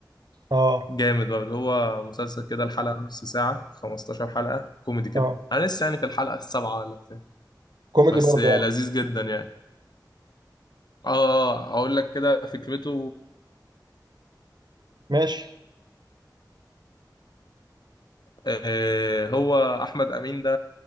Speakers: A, on the right; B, on the left.
A: اه
B: جامد برضه هو مسلسل كده الحلقة نص ساعة 15 حلقة كوميدي كده
A: اه
B: انا لسه يعني في الحلقة السابعة ولا بتاع
A: كوميدي
B: بس
A: برضه
B: آه،
A: يعني
B: لذيذ جدا يعني اه آه، اقول لك كده فكرته
A: ماشي
B: آه، هو احمد امين ده